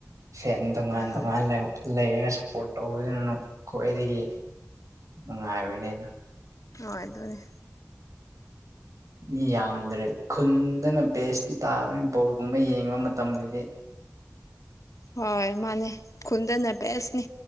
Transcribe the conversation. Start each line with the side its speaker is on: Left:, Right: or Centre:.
Right: ꯁꯦꯟ ꯗꯨꯉꯥꯟ
Left: ꯑꯥ
Right: ꯑꯗꯨꯉꯥꯟ ꯂꯩ ꯂꯩꯔꯒ ꯁꯞꯄꯣꯔꯠ ꯇꯧꯕꯗꯨꯅ ꯅꯨꯡ ꯈ꯭ꯋꯥꯏꯗꯒꯤ ꯅꯨꯡꯉꯥꯏꯕꯅꯤ ꯑꯗꫭ꯫
Left: ꯍꯣꯏ ꯑꯗꯨꯅꯦ꯫
Right: ꯃꯤ ꯌꯥꯝꯗ꯭ꯔꯦ ꯈꯨꯟꯗꯅ ꯕꯦꯁꯇꯤ ꯇꯥꯕꯅꯤ ꯕꯣꯜꯒꯨꯝꯕ ꯌꯦꯡꯕ ꯃꯇꯝꯗꯗꯤ꯫
Left: ꯍꯣꯏ ꯃꯥꯅꯦ꯫ ꯈꯨꯟꯗꯅ ꯕꯦꯁꯅꯤ